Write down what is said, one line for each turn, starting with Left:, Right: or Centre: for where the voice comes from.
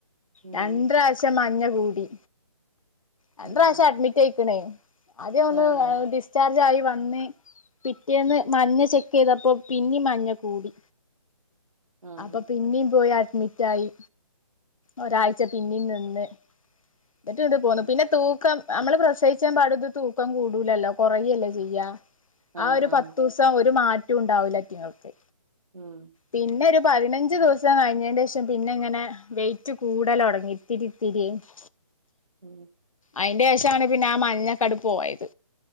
Right: ഉം
Left: രണ്ട് പ്രാവ്ശ്യം. ഇച്ഛറെ മഞ്ഞ കൂടി. രണ്ട്
Right: ഉം
Left: പ്രാവശ്യം അഡ്മിറ്റ് അയിക്ക്ണ് ആദ്യ ഒന്ന്
Right: ആഹ്
Left: ഡിസ്. ഡിസ് ചാർജ് ആയി വന്ന് പിറ്റേന്ന് മഞ്ഞ ചെക്ക് ചെയ്തപ്പോ പിന്നേ മഞ്ഞ കൂടി.
Right: ആഹ്
Left: അപ്പൊ പിന്നേം പോയി അഡ്മിറ്റായി ഒരാഴ്ച പിന്നേം നിന്ന്. എന്നിട്ട് ഇങ്ങട് പോന്നു
Right: ആഹ്
Left: പിന്നെ തൂക്കം- നമ്മള് പ്രസവിയിച്ചാ പാടെ തൂക്കം കൂടൂവല്ലോ കൊറയല്ലെ ചെയ്യാ
Right: ആഹ് ആഹ്
Left: ആ ഒരു
Right: ആഹ്
Left: പത്തു ദെവസം സം ഒരു മാറ്റോം ഇണ്ടാവില്ല നിങ്ങൾക്ക്
Right: ഉം.
Left: പിന്നെ ഒരു- പതിനഞ്ച് ദെവസം കഴിഞ്ഞെന്റെ പിന്നെ ഇങ്ങനെ വെയിറ്റ് കൂടല് തൊടങ്ങി പിന്നെ ഇത്തിരി ഇത്തിരിയെ - <inaudible>
Right: ഉം
Left: അയിന്റ ശേഷം ആണ് പിന്നെ ആ മഞ്ഞ അങ്ങട് പോയത്